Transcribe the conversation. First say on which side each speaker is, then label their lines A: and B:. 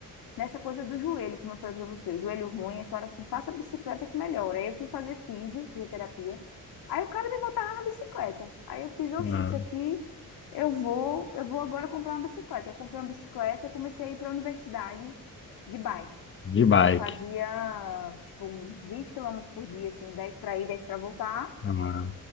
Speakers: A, on the left (about 85°); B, on the left (about 35°).
A: nessa coisa do joelho, como eu falei pra você, o joelho ruim, eu falei assim, faça bicicleta que melhora. Aí eu fui fazer físio, fisioterapia. Aí o cara me botava na bicicleta. Aí eu fiz, oxi,
B: ah,
A: isso aqui eu vou, eu vou agora comprar uma bicicleta. Aí comprei uma bicicleta e comecei a ir para a universidade de bike.
B: de bike.
A: Aí eu fazia, tipo, uns 20 quilômetros por dia, assim, dez para ir, 10 para voltar.
B: Ah.